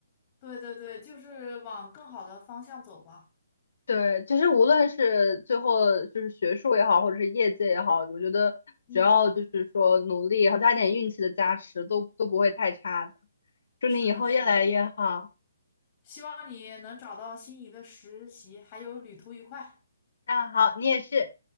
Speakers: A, on the left (about 30°); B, on the left (about 65°).
A: 对对对，就是往更好的方向走吧。
B: 对，其实无论是最后就是学术也好，或者是业界也好，我觉得只要就是说努力，
A: 嗯，
B: 好加点运气的加持，都都不会太差的。祝你以后越来越好。
A: 是的，是的，希望你能找到心仪的实习，还有旅途愉快。
B: 那好，你也是。